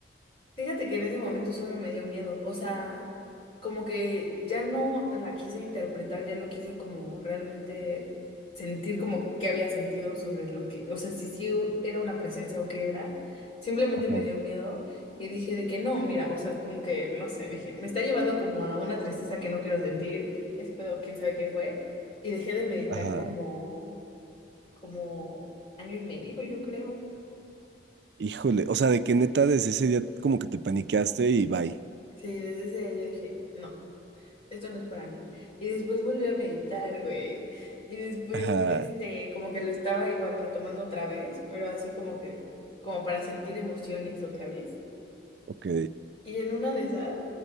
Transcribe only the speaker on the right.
Ajá.
Ajá.
Híjole, o sea, de que neta desde ese día como que te paniqueaste y bye.
Ajá,
ok.